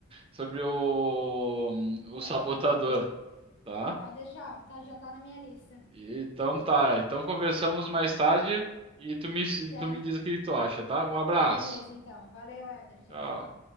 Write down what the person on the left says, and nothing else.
Sabotador.
Pode deixar, ó, tá, já tá na minha lista.
Certo.
Beleza, então. Valeu, Éder. Tchau,
tchau.